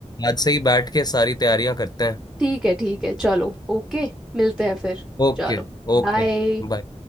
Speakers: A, on the left; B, in the centre.
A: आज से ही बैठ के सारी तैयारियां करते हैं
B: ठीक है ठीक है चलो ओके मिलते हैं फिर
A: ओके
B: चलो
A: Okay
B: बाय
A: bye